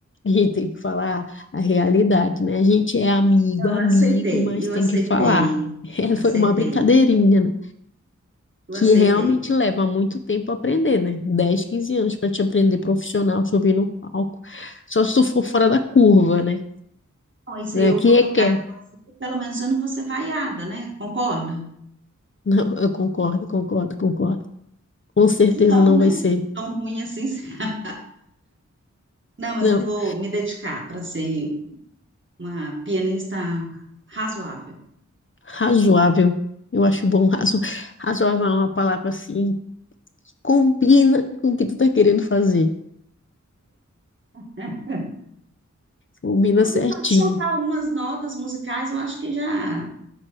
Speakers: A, on the left; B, on the right.
A: a gente tem que falar a realidade, né? A gente é amigo,
B: Eu
A: amigo,
B: aceitei,
A: mas
B: eu
A: tem
B: aceitei,
A: que falar. <laughs>
B: aceitei,
A: foi uma brincadeirinha, né?
B: eu
A: Que
B: aceitei.
A: realmente leva muito tempo a aprender, né? 10, 15 anos para te aprender profissional, subir no palco. Só se tu for fora da curva, né?
B: Bom, e se
A: né?
B: eu
A: Que
B: for tocar,
A: requer.
B: assim, pelo menos eu não vou ser vaiada, né? Concorda?
A: Não, eu concordo, concordo, concordo. Com certeza
B: Não,
A: não
B: né?
A: vai ser.
B: Se for tão ruim assim. <laughs> Não, mas
A: Não,
B: eu vou me dedicar para ser uma pianista razoável.
A: razoável. Eu acho bom, razo... razoável é uma palavra assim combina com o que tu tá querendo fazer.
B: <laughs>
A: Combina
B: Vou
A: certinho.
B: deixar de soltar algumas notas musicais, eu acho que já